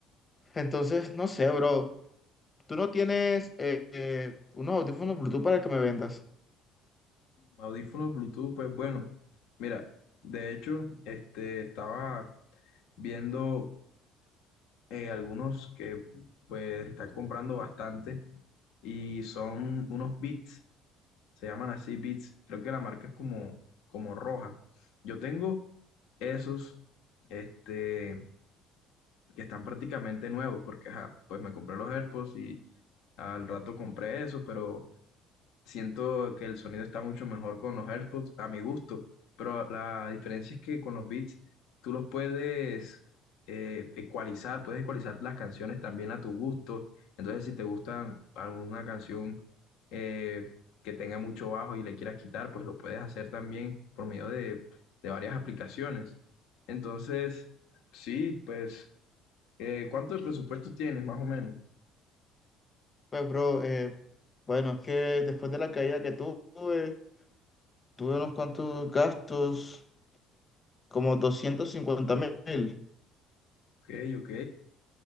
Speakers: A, on the left; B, on the left.
A: Entonces, no sé, bro. Tú no tienes eh, eh, unos audífonos Bluetooth para que me vendas.
B: Audífonos Bluetooth, pues bueno. Mira, de hecho, este, estaba viendo eh, algunos que pues están comprando bastante y son unos Beats se llaman así Beats creo que la marca es como, como roja. Yo tengo esos, este, que están prácticamente nuevos, porque ajá, pues me compré los AirPods y al rato compré esos, pero Siento que el sonido está mucho mejor con los AirPods, a mi gusto, pero la diferencia es que con los beats tú los puedes eh, ecualizar, puedes ecualizar las canciones también a tu gusto. Entonces, si te gusta alguna canción eh, que tenga mucho bajo y le quieras quitar, pues lo puedes hacer también por medio de, de varias aplicaciones. Entonces, sí, pues, eh, ¿cuánto de presupuesto tienes más o menos?
A: Pues, bro, eh, bueno, es que después de la caída que tuve, tuve unos cuantos gastos, como doscientos cincuenta mil.
B: Ok, ok.